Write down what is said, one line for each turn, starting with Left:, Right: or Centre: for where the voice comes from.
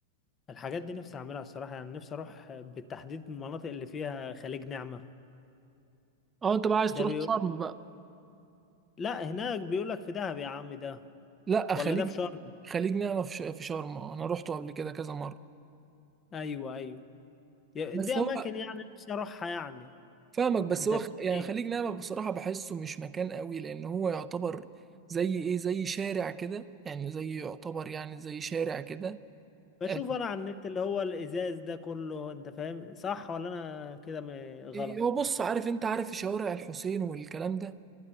Left: الحاجات دي نفسي اعملها الصراحة يعني نفسي اروح بالتحديد المناطق اللي فيها خليج نعمة
Right: أه أنت بقى عايز
Left: ده
Right: تروح
Left: بيقول
Right: شرم بقى
Left: لا هناك بيقول لك في دهب يا عم ده
Right: لأ
Left: ولا
Right: خليج
Left: ده في شرم
Right: خليج نعمة في ش- في شرم آه، أنا روحته قبل كده كذا مرة
Left: ايوه ايوه دي
Right: بس
Left: اماكن
Right: هو
Left: يعني نفسي اروحها يعني
Right: فاهمك بس
Left: انت
Right: هو
Left: فاهم
Right: خ- يعني خليج نعمة بصراحة بحسه مش مكان قوي لأن هو يعتبر زي إيه زي شارع كده يعني زي يعتبر يعني زي شارع كده
Left: بشوف
Right: آه،
Left: انا على النت اللي هو الازاز ده كله انت فاهم صح ولا انا كده م- غلط
Right: إيه، هو بص عارف أنت عارف شوارع الحسين والكلام ده